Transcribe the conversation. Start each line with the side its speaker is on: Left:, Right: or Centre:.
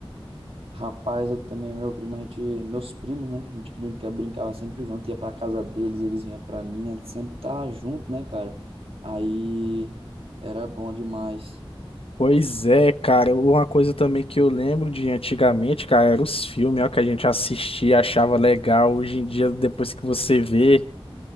Right: Rapaz, eu também, meu primo, a gente, meus primos, né? A gente brinca, brincava sempre junto, ia pra casa deles, eles vinham pra mim, a gente sempre tava junto, né, cara? Aí era bom demais.
Left: Pois é, cara, uma coisa também que eu lembro de antigamente, cara, eram os filmes, ó, que a gente assistia, achava legal. Hoje em dia, depois que você vê,